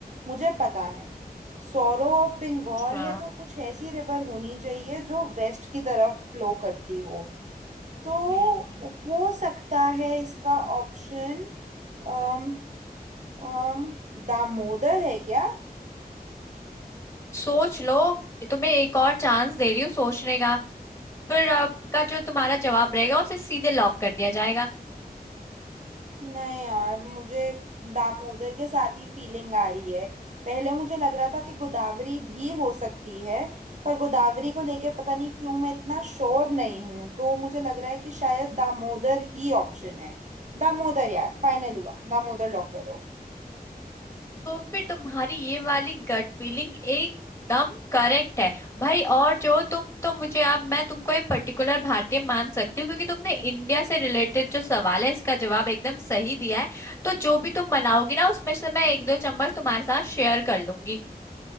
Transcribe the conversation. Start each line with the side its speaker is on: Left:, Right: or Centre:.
Right: मुझे पता नहीं सौरो ऑफ बंगाल
Left: अच्छा,
Right: है तो कुछ ऐसी रिवर होनी चाहिए जो वेस्ट की तरफ फ्लो करती हो तो
Left: हम्म
Right: हो सकता है इसका ऑप्शन अम अम दामोदर है क्या
Left: सोच लो ये तुम्हें एक और चांस दे रही हूँ सोचने का फिर आपका जो तुम्हारा जवाब रहेगा उसे सीधे लॉक कर दिया जाएगा
Right: नहीं यार मुझे दामोदर के साथ ही फीलिंग आ रही है पहले मुझे लग रहा था कि गोदावरी भी हो सकती है पर गोदावरी को लेके पता नहीं क्यों मैं इतना श्योर नहीं हूं तो मुझे लग रहा है कि शायद दामोदर ही ऑप्शन है दामोदर यार फाइनल हुआ दामोदर लॉक करो
Left: तो फिर तुम्हारी ये वाली गट फीलिंग एकदम करेक्ट है भाई और जो तुम तो मुझे अब मैं तुमको एक पर्टिकुलर भारतीय मान सकती हूँ क्योंकि तुमने इंडिया से रिलेटेड जो सवाल है इसका जवाब एकदम सही दिया है तो जो भी तुम बनाओगी ना उसमें से मैं एक दो चम्मच तुम्हारे साथ शेयर कर लूंगी